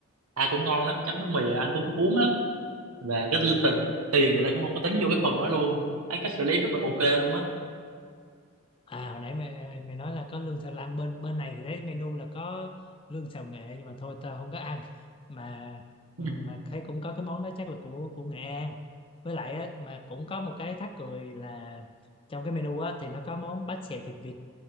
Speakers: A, on the right (about 85°); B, on the left (about 25°).
A: ăn cũng ngon lắm chấm bánh mì ăn cũng cuốn lắm và cái tình tiền người ta cũng không có tính vô cái phần đó luôn thấy cách xử lý rất là ok luôn á
B: à hồi nãy mày mày nói là có lương xào lăn bên bên này thì thấy menu là có lương xào nghệ nhưng mà thôi tao không có ăn mà mà
A: ừ.
B: thấy cũng có cái món đó chắc là của của Nghệ An với lại á, mà cũng có một cái thắc cười là trong cái menu á thì nó có món bánh xèo thịt vịt